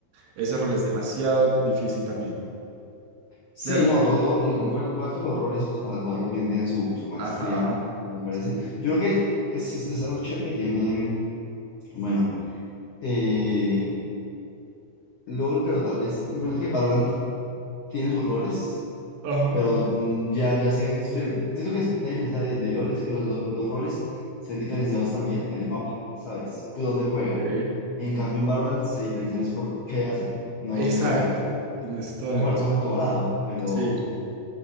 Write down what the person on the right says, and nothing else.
ese rol es demasiado difícil también.
claro
Ajá,
sí,
Ajá.
ok.
Exacto,
tienes toda
la
razón.
Sí,